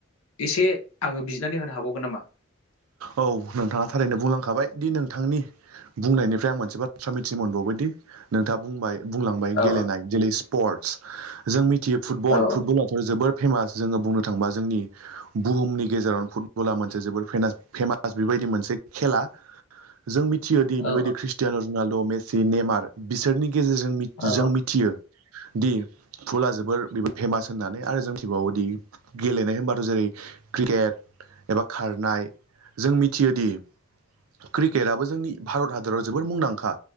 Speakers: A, on the left (about 85°); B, on the right (about 85°).
A: एसे आङो बिजिरनानै होनो हाबावगोन नामा <inaudible>
B: औ नोंथाङा थारैनो बुंलांखाबाय दि नोंथांनि बुंनायनिफ्राय आं मोनसे बाथ्रा मिथिनो मोनबावबायदि नोंथाङा बुंबाय बुंलांबाय
A: औ
B: गेलेनाय जेरै स्पर्टस जों मिथियो फुटबल
A: औ
B: फुटबला जोबोर फेमास जोङो बुंनो थाङोबा जोंनि बुहुमनि गेजेरावनो फुटबला मोनसे जोबोर फेमास। फेमास बेबायदि मोनसे खेला जों मिथियोदि बेबायदि
A: औ
B: ख्रिस्टियान रुनाल्द', मेसि, नेमार बिसोरनि गेजेरजों
A: औ
B: जों मिथियो दि फुला जोबोर बेबो फेमास होननानै आरो जों मिथिबावोदि गेलेनाय होनबाथ' जेरै क्रिकेट एबा खारनाय जों मिथियोदि क्रिकेटआबो जोंनि भारत हादराव जोबोद मुंदांखा